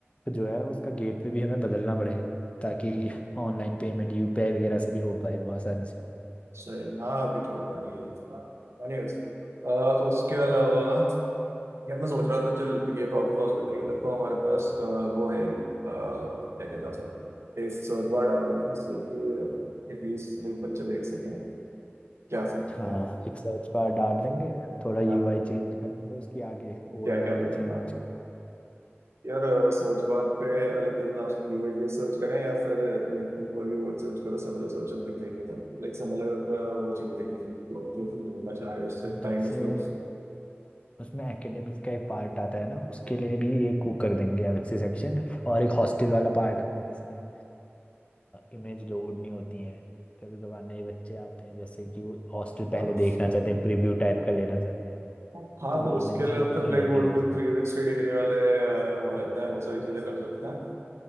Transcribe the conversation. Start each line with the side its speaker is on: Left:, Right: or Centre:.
Left: जो है उसका गेटवे भी हमें बदलना पड़ेगा ताकि ऑनलाइन पेमेंट यूपीआई वगैरह से भी हो पाए वो आसानी से
Right: सही हाँ अभी तो थर्टी एनीवेज उसके अलावा यार मैं सोच रहा था चल ये प्रॉब्लम सॉल्व करने के लिए तो हमारे पास अ, वो है ही अ, क्या कहता है सर एक सर्च बार डाल देंगे जिससे कि एटलीस्ट बच्चे देख सकें क्या सीख सकता
Left: हाँ
Right: है
Left: एक सर्च बार डाल देंगे थोड़ा यूआई
Right: क्या
Left: चेंज कर देंगे उसकी आगे
Right: क्या
Left: ओल्ड वाली
Right: क्या देखना
Left: चेंज
Right: है यार सर्च बार पे लाइक किस हिसाब से कीवर्ड ये सर्च करें या फिर लाइक तुम कोई भी वर्ड सर्च करो सिमिलर सर्चेस दिख जाएंगे लाइक सिमिलर वो चीज़ें दिख जाएंगी जो तुम ढूंढना चाह रहे हो उससे
Left: जैसे
Right: काइंड ऑफ क्लोज
Left: उसमें एकेडमिक्स का एक पार्ट आता है ना उसके लिए भी एक वो कर देंगे अलग से सेक्शन और एक हॉस्टल वाला पार्ट आता है जिसमें इमेज लोड नहीं होती है कभी कभार नए बच्चे आते हैं जैसे कि वो हॉस्टल
Right: हाँ
Left: पहले देखना चाहते हैं प्रीव्यू टाइप का लेना चाहते हैं
Right: हाँ
Left: तो
Right: तो
Left: इमेजेस
Right: उसके लिए
Left: लोड
Right: अपन
Left: नहीं
Right: लाइक
Left: होती
Right: वो
Left: है
Right: जो
Left: उसमें
Right: थ्री सिक्सटी डिग्री वाले अ, वो रहते हैं वो सारी चीजें कर सकते हैं